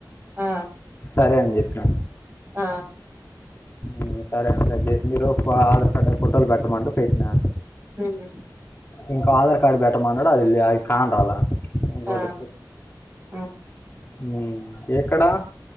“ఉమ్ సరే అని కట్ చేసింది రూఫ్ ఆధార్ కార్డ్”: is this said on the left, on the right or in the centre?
Left